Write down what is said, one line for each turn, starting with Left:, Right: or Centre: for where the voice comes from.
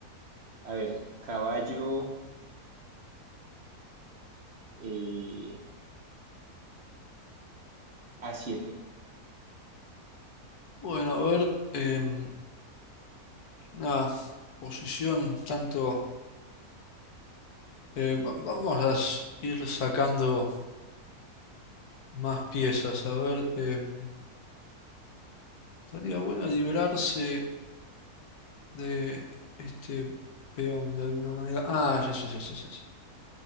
Right: a ver, caballo eh, a siete
Left: Bueno, a ver. em, una posición tanto. eh, va- vamos a s- ir sacando más piezas. A ver. em, estaría bueno librarse de este peón de alguna manera. Ah, ya sé, ya sé, ya sé.